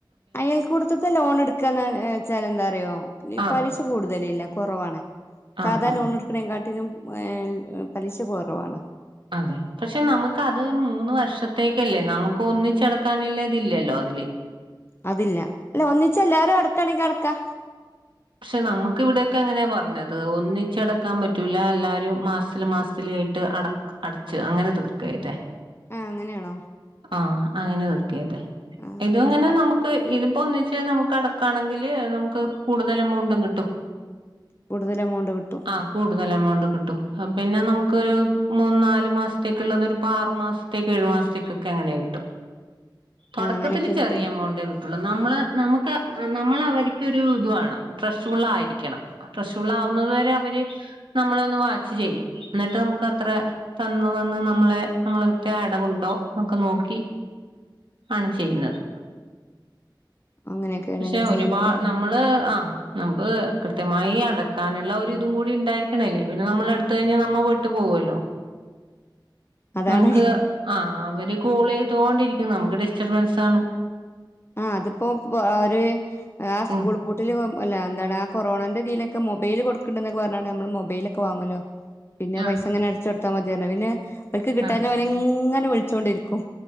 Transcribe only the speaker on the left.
അയൽക്കൂടുത്തത്തെ ലോൺ എടുക്കാന്ന് വെച്ചാൽ എന്താറിയോ?
പലിശ കൂടുതലില്ല കുറവാണ്.
സാധാ
ലോണെടുക്കണേകാട്ടിലും ഏ പലിശ കുറവാണ്.
അതില്ല. അല്ല ഒന്നിച്ച് എല്ലാവരും അടക്കാണെങ്കിൽ അടക്കാ.
ആഹ് അങ്ങനെയാണോ?
ആ
അങ്ങനെയൊക്കെ
കൂടുതൽ എമൗണ്ട് കിട്ടും.
ആ അങ്ങനെയൊക്കെ
കിട്ടും
അങ്ങനെയൊക്കെയാണല്ലേ
ചെയ്യണത്
അതാണ്
ആഹ് അതിപ്പോ ഒര് ആഹ് സ്കൂൾ
പൂട്ടില് അല്ല എന്താണ് ആ കൊറണന്റെ ഇതിലൊക്കെ മൊബൈൽ കൊടുക്കണ്ടന്ന് പറഞ്ഞാണ്ട് നമ്മൾ മൊബൈലൊക്കെ വാങ്ങല്ലോ പിന്നെ പൈസ
അങ്ങനെ അടച്ചു കൊടുത്താ മതി പറഞ്ഞ്. പിന്നെ അവൽക്ക് കിട്ടാഞ്ഞാവര്
ഇങ്ങനെ വിളിച്ചോണ്ടിരിക്കും.